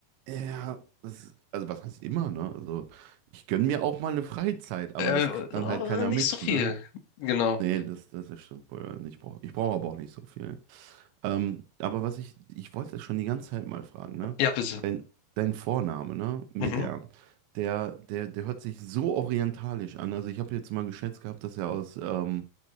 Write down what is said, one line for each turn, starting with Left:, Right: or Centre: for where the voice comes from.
Right: Ja, das, also was heißt immer, ne? Also ich gönne mir auch mal eine Freizeit, aber
Left: Äh,
Right: das
Left: äh,
Right: kriegt dann halt keiner
Left: nicht
Right: mit,
Left: so viel.
Right: ne?
Left: Genau.
Right: Nee, das, das das stimmt wohl. Und Ich brauche ich brauch aber auch nicht so viel. Ähm, aber was ich, ich wollte schon die ganze Zeit mal fragen, ne?
Left: Ja, bitte.
Right: Dein, dein Vorname, ne? Metean,
Left: Mhm.
Right: der, der, der hört sich so orientalisch an. Also ich habe jetzt mal geschätzt gehabt, dass er aus, ähm,